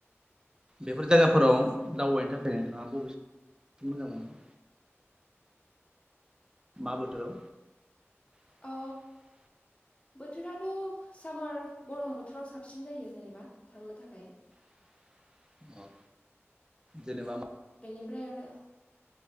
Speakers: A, on the right; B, on the left.
A: बेफोर जायगाफोराव दावबायनो थाखाय नोंथाङा बबे साबसिन मोजां मोनो? मा बोथोराव? <inaudible>
B: अ बोथोराथ' सामार गरम बोथोराव साबसिन जायो जेनेबा थांनो थाखाय।
A: <inaudible> अ जेनेबा मा?
B: बेनिफ्राय आरो